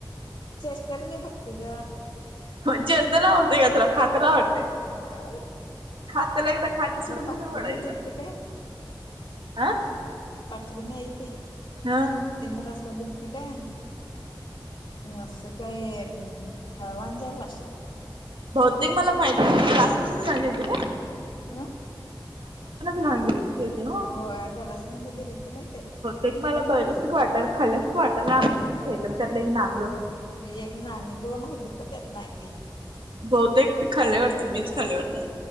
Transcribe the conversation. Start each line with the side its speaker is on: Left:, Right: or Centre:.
Left: चेस्ल मी भक्तीग
Right: म चे असताला आवडतेय का तुला खाताला आवडतेय
Left: नाही बाई
Right: खात त्याला एकदा खाट सुडू कधश
Left: पाटलीने
Right: पडायचं
Left: दिलती
Right: हं
Left: पटली नाही ती
Right: हा
Left: तन रस्ता दिती का असं काही हळवाां जर वाशालता
Right: बहुतेक मला माहिती आहे क्लासमधून झाली होते का
Left: आं
Right: घालून गेल दिलती नव्ह
Left: हो गलास मध्ये दिल ते माहतीये काय
Right: एक मला बघलस क वाटर खाल्ल्यास क वाटर ना ख त्यातलं एक नाम
Left: एक नाग दोन होती प त्यात नांगी
Right: बहुतेक ते खाल्ली वाटतो मीच खाल्ली वारत